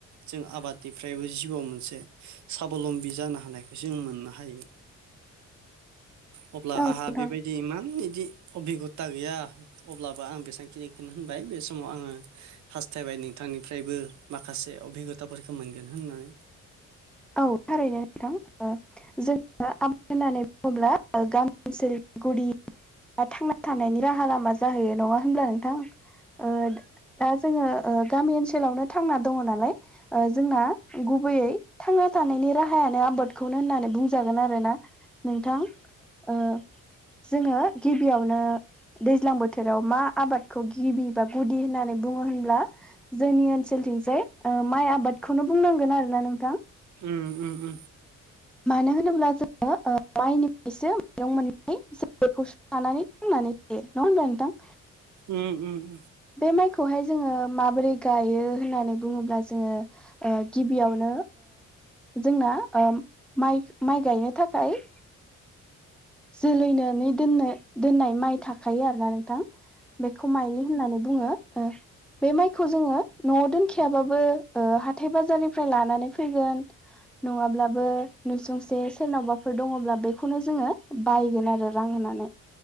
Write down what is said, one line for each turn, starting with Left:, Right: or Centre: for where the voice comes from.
Right: जों आबादनिफ्रायबो जिउआव मोनसे साबलम्बि जानो हानायखौ जों मोननो हायो।
Centre: <inaudible>
Right: अब्ला आंहा
Centre: नोंथां
Right: बेबायदि इमान बिदि अबिगथा गैया अब्लाबो आं बेसेबांखिनिखौनो होनबाय। बे समाव आङो हास्थायबाय नोंथांनिफ्रायबो माखासे अबिगथाफोरखौ मोनगोन होननानै।
Centre: औ थारैनो नोंथां। ओ जों ओ होननानै बुङोब्ला गामि ओनसोल गुदि बा थांना थानायनि राहा लामा जाहैयो नङा होनब्ला नोंथां। ओ दा जोङो ऐ गामि ओनसोलावनो थांना दङ नालाय ओ जोंना गुबैयै थांना थानायनि राहायानो आबादखौनो होननानै बुंजागोन आरो ना। नोंथां ओ जोङो गिबियावनो दैज्लां बोथोराव मा आबादखौ गिबि बा गुदि होननानै बुङो होनब्ला जोंनि ओनसोलथिंजाय माइ आबादखौनो बुंनांगोन आरो ना नोंथां।
Right: उम उम उम।
Centre: मानो होनोब्ला जोङो ओ माइनिफ्रायसो मैगं <unintelligible> जानानै थांनानै थायो नङा होनबा नोंथां?
Right: उम उम उम
Centre: बे माइखौहाय जोङो माबोरै गायो होननानै बुङोब्ला जोङो ओ गिबियावनो जोंना माइ माइ गायनो थाखाय जोलैनानै दोननो दोननाय माइ थाखायो आरोना नोंथां बेखौ माइलि होननानै बुङो बे माइखौ जोङो न'आव दोनखयाबाबो हाथाय बाजारनिफ्राय लानानै फैगोन नङाब्लाबो नुसुंसे सोरनावबाफोर दङब्ला बेखौनो जोङो बायगोन आरो रां होननानै।